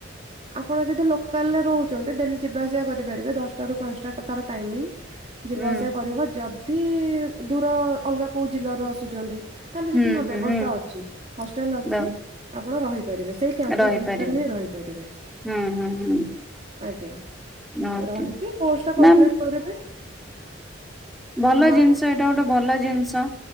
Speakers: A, on the right; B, in the centre.
A: ଆପଣ ଯଦି ଲୋକାଲରେ ରହୁଚନ୍ତି ଡେଲି ଯିବାଆସିବା କରିପାରିବେ ଦଶଟାରୁ ପାଞ୍ଚଟା ତାର ଟାଇମିଂ ଯିବା
B: ହୁଁ
A: ଆସିବା କରିବ ଯଦି ଦୂର ଅଲଗା କୋଉ ଜିଲ୍ଲା ରୁ ଆସୁଛନ୍ତି ତାହେଲେ
B: ହୁଁ
A: ସେଠି
B: ହୁଁ
A: ବ୍ୟବସ୍ଥା
B: ହୁଁ।
A: ଅଛି ହଷ୍ଟେଲ ଅଛି
B: ର
A: ଆପଣ ରହିପାରିବେ। ସେଇ କ୍ୟାମ୍ପସ
B: ରହିପାରିବି
A: ଭିତରେ ହିଁ ରହିପାରିବେ।
B: ହୁଁ ହୁଁ ହୁଁ
A: ଆଜ୍ଞା
B: ଓକେ
A: ରହିକି କୋର୍ସ ଟା କପ୍ଲିଟ
B: ନା
A: କରିବେ।
B: ଭଲ
A: ମା-
B: ଜିନିଷ ଏଇଟା ଗୋଟେ ଭଲ ଜିନିଷ।